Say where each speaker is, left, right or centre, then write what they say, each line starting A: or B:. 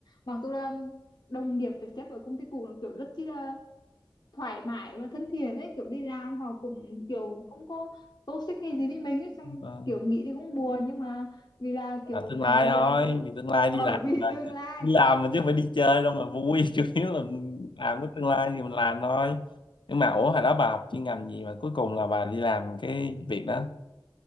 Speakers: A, on the left; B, on the left.
A: mặc dù là đồng nghiệp phải xếp ở công ty cũ nó kiểu rất chi là thoải mái và thân thiện ấy kiểu đi làm họ cũng kiểu không có toxic hay gì với mình ấy xong
B: Ờ.
A: kiểu nghĩ thì cũng buồn nhưng mà vì là
B: à,
A: kiểu
B: tương lai
A: tại vì
B: thôi
A: là
B: vì tương
A: <laughs>
B: lai
A: ở
B: đi làm
A: vì
B: mà
A: tương lai
B: đi làm mà chứ không phải đi chơi đâu mà vui <laughs> chủ yếu là làm cái tương lai thì mình làm thôi nhưng mà ủa hồi đó bà học chuyên ngành gì mà cuối cùng là bà đi làm cái việc đó